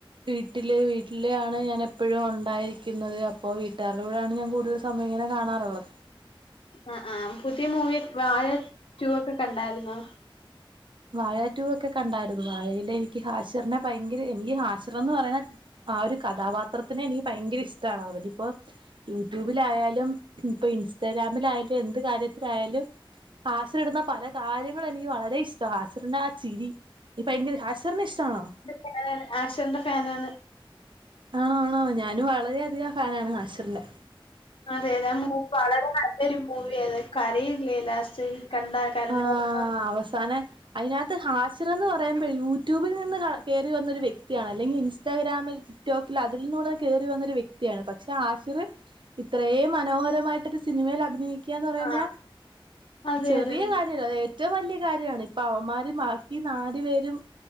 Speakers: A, on the right; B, on the left.
A: വീട്ടില് വീട്ടിലാണ് ഞാൻ എപ്പോഴും ഉണ്ടായിരിക്യുന്നത് അപ്പോ വീട്ടുകാര്ടെ കൂടെയാണ് ഞാൻ കൂടുതൽ സമയങ്ങനെ കാണാറ്ള്ളത്
B: അഹ് ആഹ് പുതിയ മൂവിയെക് വാഴ റ്റു ഒക്കെ കണ്ടാര്ന്നോ
A: വാഴറ്റുഒക്കെ കണ്ടാര്ന്നു വാഴയിലെ എനിക്ക് ഹാഷർനെ പയങ്കര എനിക്യ ഹാഷിർന്ന് പറയുന്ന ആഹ് ഒര് കഥാപാത്രത്തിന് എനിക്ക് പയങ്കര ഇഷ്ടാണ് അവന് ഇപ്പോ യൂട്യൂബിലായാലും ഇൻപ്പൊ ഇൻസ്റ്റഗ്രാമിലായാലും എന്ത് കാര്യത്തിലായാലും ഹാഷിർ ഇടുന്ന പല കാര്യങ്ങളും എനിക്ക് വളരെ ഇഷ് ഹാഷിർനെ ആചിരി എനിക്ക് പയങ്കര ഹാസിർറിനെ ഇഷ്ടാണ്
B: ഫാനാണ് ഹാഷിർന്റെ ഫാനാണ്
A: ആണോ ആണോ ഞാനും വളരെ അധികം ഫാനാണ് ഹാഷിർന്റെ
B: അതെ അതെ മൂവി വളരെ നല്ലൊരു മൂവി അതെ കരയില്ലേ ലാസ്റ്റ് കണ്ട കരഞ്ഞായിരുന്നോ
A: ആഹ് അവസാന അയ്നകത്ത് ഹാഷിറ്ന്ന് പറയുമ്പഴ് യൂട്യൂബിൽ നിന്ന് കഴ കേറി വന്നൊരു വ്യക്തിയാണ് അല്ലെങ്കി ഇൻസ്റ്റാഗ്രാമിൽ ടിക്റ്റോക് അതിൽ നിന്നൂടെ കയറി വന്നൊരു വ്യക്തിയാണ് പക്ഷെ ഹാഷിർ ഇത്രേം മനോഹരമായിട്ടൊരു സിനിമയിൽ അഭിനയിക്കാന്ന് പറഞ്ഞ
B: ആ അതെ
A: ചെറിയ
B: അതെ
A: കാര്യല്ല അത് ഏറ്റവും വല്ല്യ കാര്യമാണ് ഇപ്പൊ അവന്മാര് ഈ നാലു പേരും